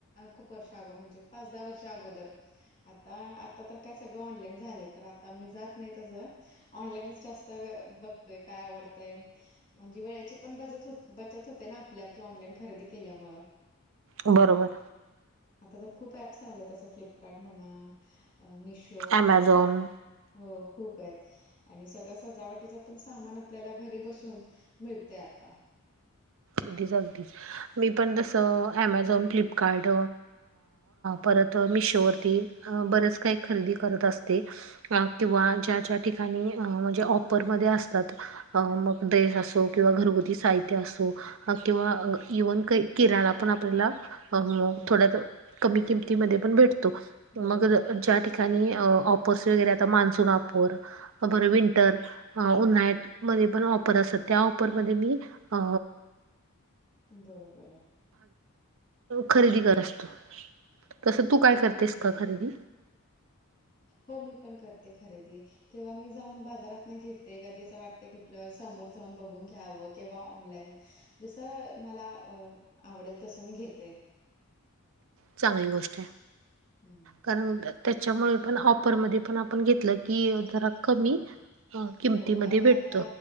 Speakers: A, on the left (about 20°); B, on the right (about 60°).
A: खूप वर्षग म्हणजे पाच दहा वर्ष अगोदर. आता आता तर काय सगळं ऑनलाईन झालंय, तर आता मी जात नाही तस. ऑनलाईनच जास्त बघतोय काय आवडतंय म्हणजे वेळेची पण बत बचत होते ना आपल्या कि ऑनलाईन खरेदी केल्यामूळ.
B: बरोबर.
A: आता तर खूप ऍप्स आलेत, तसं फ्लिपकार्ट म्हणा, मिशो मिशो,
B: ॲमेझॉन
A: मित्रां अ खूप हायत. आणि सगळं सजावटीचा पण सामान आपल्याला घरी बसून मिळतय आता.
B: अगदीच अगदीच, मी पण जसं अमेझॉन, फ्लिपकार्ड परत मिशोवरती बरेच काही खरेदी करत अस ते. किंवा ज्या ज्या ठिकाणी म्हणजे ऑपरमध्ये असतात अ -मग ड्रेस असो किंवा घरगुती साहित्य असो किंवा इव्हन काही किराणा पण आपल्याला अ
A: हो
B: कमी किमतीमध्ये पण भेटतो.
A: हो
B: मग ज्या ठिकाणी ऑपर्स वगैरे आता मान्सून ऑपर, बर विंटर उन्हाळ्यात मध्ये पण ऑपर असतात, त्या ऑफरमध्ये मी अ
A: बरोबराय.
B: खरेदी कर असतो. तसं तू काय करतेस का
A: बरोबर.
B: खरेदी?
A: हो मी पण करते खरेदी. किंवा मी जाऊन बाजारात ना घेते कधी असं वाटतय कुठलं समोर जाऊन बघून घ्यावं किंवा ऑनलाईन जसं मला अ आवडेल तसं मी घेते
B: चांगली गोष्ट आहे
A: हम्म
B: कारण त्याच्यामुळे पण ऑफरमध्ये पण आपण घेतलं की जरा कमी
A: हो,
B: किमतीमध्ये
A: हो आणि
B: भेटत.
A: आता